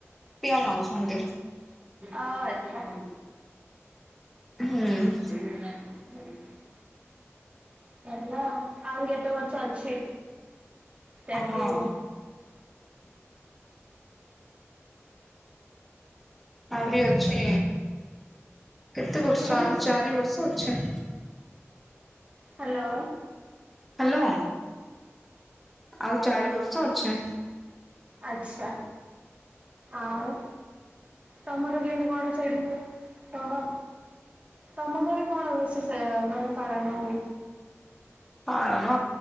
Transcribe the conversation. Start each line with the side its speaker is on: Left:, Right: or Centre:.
Centre: ପିଅନ ଅଛନ୍ତି
Right: ଆ ଆଛା।
Centre: ହୁଁ।
Right: <inaudible> ଚାଲ ଆହୁରି କେତେ ବର୍ଷ ଅଛି। ଚାକିରି?
Centre: ହଁ। ଆହୁରି ଅଛି କେତେ ବର୍ଷ
Right: ହୁଁ
Centre: ଆଉ ଚାରି ବର୍ଷ ଅଛି।
Right: ହାଲୋ।
Centre: ହାଲୋ ଆଉ ଚାରି ବର୍ଷ ଅଛି।
Right: ଆଛା ଆଉ ତମର କେମିତି କଣ ସେଡି ହୁଏ କହ। ତମ ଘରେ କଣ ବେଶୀ ସ ମାନେ ପାଳନ ହୁଏ?
Centre: ପାଳନ